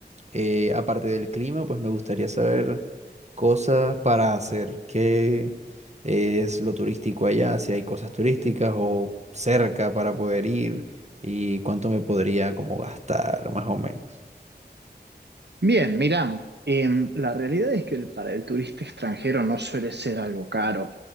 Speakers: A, on the right; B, on the right.
A: Eh, aparte del clima, pues me gustaría saber cosas para hacer, qué es lo turístico allá, si hay cosas turísticas o cerca para poder ir y cuánto me podría como gastar, más o menos.
B: Bien, mirá, em, la realidad es que el- para el turista extranjero no suele ser algo caro,